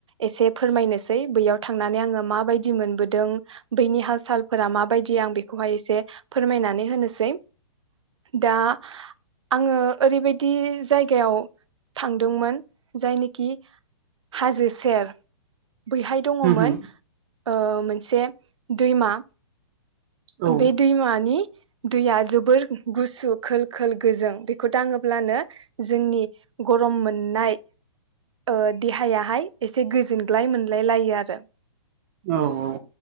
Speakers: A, on the right; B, on the right.
A: एसे फोरमायनोसै बैयाव थांनानै आङो मा बायदि मोनबो दों बैनि हाल सालफोरा माबायदि आं बेखौहाय एसे फोरमायनानै होनोसै। दा आङो ओरैबायदि जायगायाव थांदोंमोन जायनोखि हाजो सेर बैहाय दङमोन
B: उम उम
A: ओ मोनसे दैमा
B: औ
A: बे दैमानि दैया जोबोर गुसु खोल खोल गोजों। बेखौ दाङोब्लानो जोंनि गरम मोननाय ओ देहायाहाय एसे गोजोनग्लाय मोनलाय लायो आरो।
B: औ औ